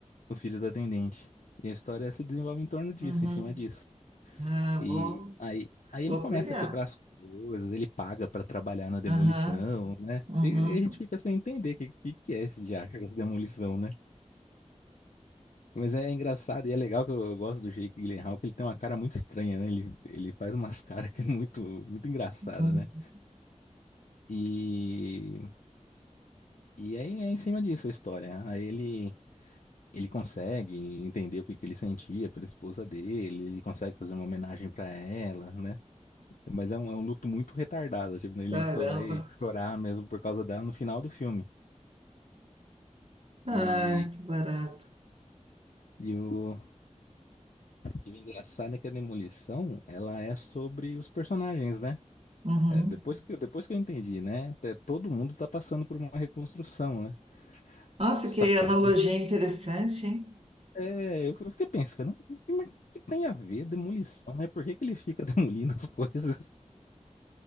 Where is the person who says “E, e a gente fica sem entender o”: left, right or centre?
Left